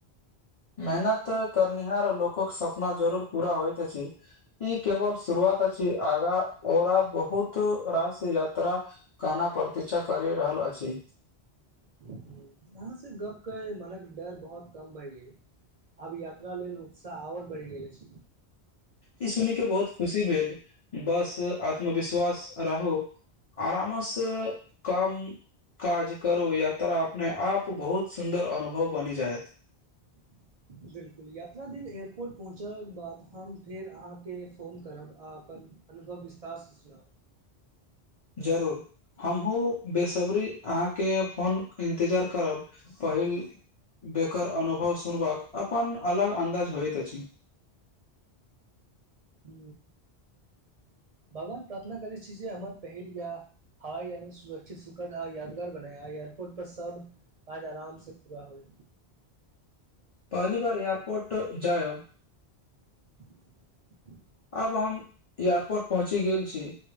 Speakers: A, on the left (about 40°); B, on the right (about 55°).
A: मेहनत करनिहार लोकक सपना जरूर पूरा होइत अछि ई केवल शुरुआत अछि आगा ओरा बहुत रास यात्रा काना प्रतीक्षा करि रहल अछि
B: वहाँ से गप्प कय मनक डर बहुत कम भइलै आब यात्रा लेल उत्साह आओर बढ़ि गेल छै
A: ई सुइनी के बहुत खुशी भेल बस आत्मविश्वास रहो आराऽम से कम काज करू यात्रा अपने आप बहुत सुन्दर अनुभव बनि जायत
B: <inaudible> बिलकुल यात्रा दिन एयरपोर्ट पहुँचलक बाद हम फेर अहाँके फोन करब आ अपन अनुभव विस्तारसँ सुनाउ
A: जरूर हमहु बेसब्री अहाँके फोन इन्तजार करब पहिल बेकर अनुभव सुनबाक अपन अलग अन्दाज होइत अछि
B: ह भगवान प्रार्थना करैत छी जे हमर पहिल वियाह हवाई यानि सुरक्षित सुखद आ यादगार बनाय आई एयरपोर्ट पर सब काज आराम से पूरा होइ
A: पहली बार एयरपोर्ट जायब
B: <inaudible>
A: आब हम एयारपोर्ट पहुँची गेल छी